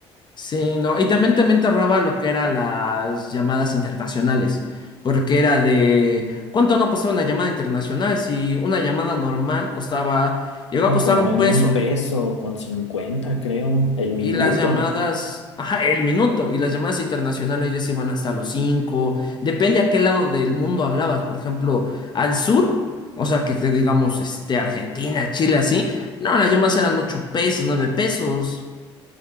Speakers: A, on the left (about 30°); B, on the left (about 85°).
A: Sí, no, y también, también te ahorraba lo que eran las llamadas internacionales, porque era de ¿cuánto no costaba una llamada internacional? Si una llamada normal costaba, llegó
B: Estaba
A: a costar
B: como
A: un
B: en
A: peso,
B: un peso con 50 creo, el minuto.
A: y las llamadas, ajá, el minuto, y las llamadas internacionales ya se iban hasta los cinco, depende a qué lado del mundo hablabas, por ejemplo, al sur, o sea, que te digamos, este, Argentina, Chile, así, no, las llamadas eran ocho pesos, nueve pesos.